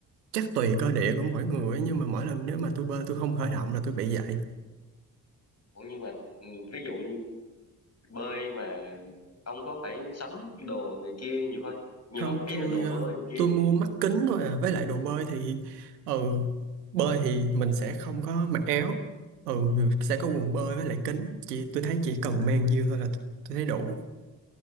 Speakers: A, on the right; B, on the left.
A: chắc tùy cơ địa của mỗi người ấy, nhưng mà mỗi lần nếu mà tôi bơi tôi không khởi động là tôi bị vậy
B: ủa nhưng mà ừ, ví dụ như bơi mà ông có phải sắm đồ này kia nhiều hơn nhiều
A: không
B: không ý
A: tôi
B: là đồ
A: ờ,
B: bơi này kia
A: tôi mua mắt kính thôi à với lại đồ bơi thì ừ bơi thì mình sẽ không có mặc áo ừ sẽ có quần bơi với lại kính chỉ tôi thấy chỉ cần mang nhiêu thôi là t- tôi thấy đủ